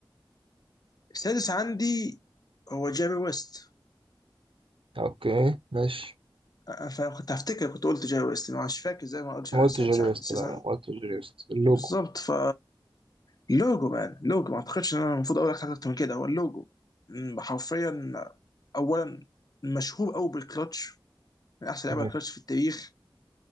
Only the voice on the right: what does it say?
اوكي ماشي
ما
قلتش
جيري
ويست
لا لا
ما قلتش جيري ويست اللوجو
مم.